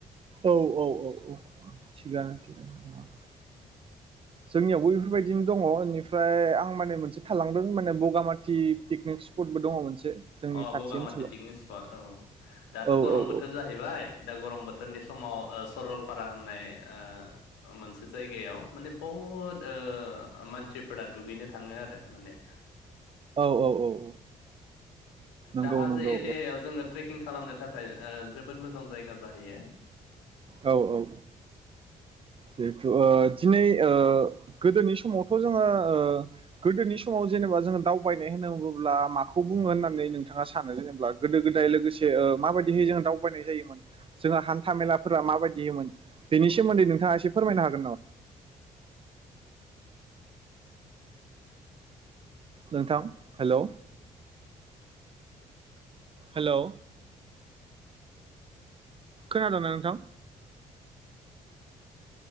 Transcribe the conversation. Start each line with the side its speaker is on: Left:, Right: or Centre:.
Right: औ औ औ थिखगायानो
Left: ओ
Right: जोंनियाव बेफोरबायदिनो दङ बेनिफ्राय आं माने मोनसे थालांदों माने बगामाथि पिकनिक स्पटबो दङ मोनसे जोंनि
Left: अ
Right: खाथि
Left: बगामाथि
Right: ओनसोलाव
Left: पिकनिक स्पट औ दाथ'
Right: औ
Left: गरम
Right: औ
Left: बोथोर जाहैबाय दा गरम बोथोरनि समाव ओ सरलपारा होननाय ओ मोनसे जायगायाव माने बहुद ओ मानसिफोरा दुगैनो थाङो आरो माने
Right: औ औ औ नंगौ
Left: दा हाजों
Right: नंगौ
Left: एरियायाव‌
Right: औ
Left: जोंङो ट्रेकिं खालामनो थाखाय ओ जोबोद मोजां जायगा जाहैयो
Right: औ औ जिहेथु ओ दिनै ओ गोदोनि समावथ' जोङो ओ गोदोनि समाव जेनेबा जोङो दावबायनाय होनना बुब्ला माखौ बुङो होननानै नोंथाङा सानो जेनेबा गोदो गोदाय लोगोसे ओ माबायदि जिहि जों दावबायनाय जायोमोन जों हान्था मेला फोरा माबाययोदिमोन बेनि सोमोन्दै नोंथाङा ए से फोरमायनो हागोन नामा? नोंथां हेलौ हेलौ खोनादोंना नोंथां